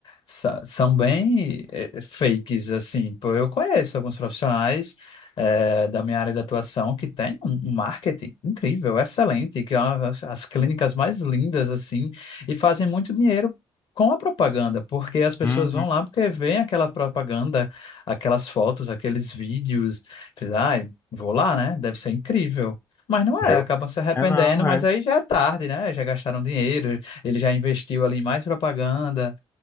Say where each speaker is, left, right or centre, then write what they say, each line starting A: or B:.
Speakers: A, on the left (about 60°); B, on the left (about 25°).
A: sa- são bem é, é, fakes, assim. Pô, Eu conheço alguns profissionais é, da minha área de atuação que tem um um marketing incrível, excelente, que é uma- as, as clínicas mais lindas, assim, e fazem muito dinheiro com a propaganda, porque as pessoas
B: Uhum.
A: vão lá porque veem aquela propaganda, aquelas fotos, aqueles vídeos, diz, ai, vou lá, né? Deve ser incrível. Mas não
B: Eu,
A: é, acabam se arrependendo,
B: é não,
A: mas
B: é,
A: aí já é tarde, né? Já gastaram dinheiro, ele já investiu ali em mais propaganda,